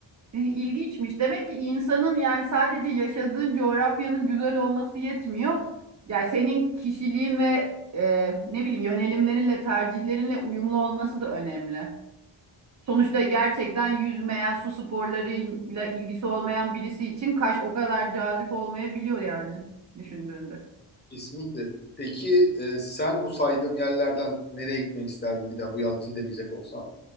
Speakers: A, on the right; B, on the left.
A: E, İlginçmiş. Demek ki insanın yani sadece yaşadığın coğrafyanın güzel olması yetmiyor. Yani senin kişiliğin ve e, ne bileyim yönelimlerinle, tercihlerinle uyumlu olması da önemli. Sonuçta gerçekten yüzmeyen, su sporlarıyla ilgisi olmayan birisi için Kaş o kadar cazip olmayabiliyor yani düşündüğünde.
B: Kesinlikle. Peki e, sen bu saydığım yerlerden nereye gitmek isterdin bir daha bu yaz gidebilecek olsan?